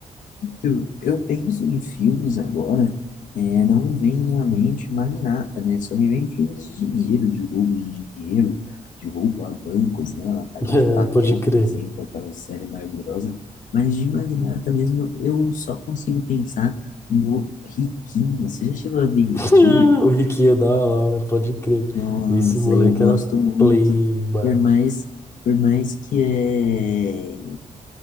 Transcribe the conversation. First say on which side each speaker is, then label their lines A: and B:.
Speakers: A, on the left; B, on the left.
A: Eu, eu penso em filmes agora, é, não me vem à mente mais nada, né? Só me vem filmes de dinheiro, de roubo de dinheiro, de roubo a bancos, né? La Casa
B: É,
A: de Papel,
B: pode crer.
A: por exemplo, aquela série maravilhosa. Mas de magnata mesmo, eu só consigo pensar no Riquinho. Você já chegou a ver Riquinho?
B: <laughs> O Riquinho é da hora, pode crer.
A: Nossa,
B: Esse moleque
A: eu gosto
B: era
A: muito,
B: pleiba.
A: por mais, por mais que é